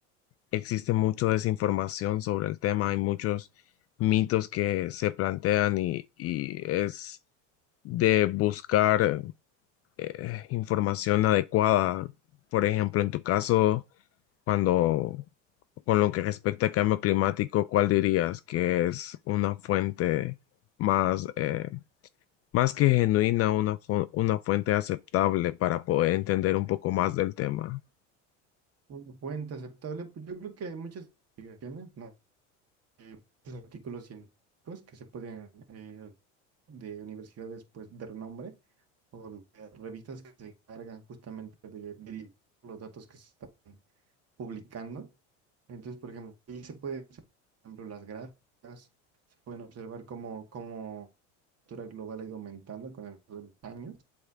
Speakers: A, on the left; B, on the right.
A: existe mucha desinformación sobre el tema, hay muchos mitos que se plantean y, y es de buscar eh, información adecuada. Por ejemplo, en tu caso, cuando con lo que respecta al cambio climático, ¿cuál dirías que es una fuente más eh, más que genuina, una, fu- una fuente aceptable para poder entender un poco más del tema.
B: Una fuente aceptable, pues yo creo que hay muchas investigaciones, ¿no? Eh, muchos artículos científicos que se pueden eh, de universidades pues de renombre o de revistas que se encargan justamente de verificar los datos que se están publicando. Entonces, por ejemplo, ahí se pueden, observar, por ejemplo, las gráficas, se pueden observar cómo, cómo la temperatura global ha ido aumentando con el paso de los años.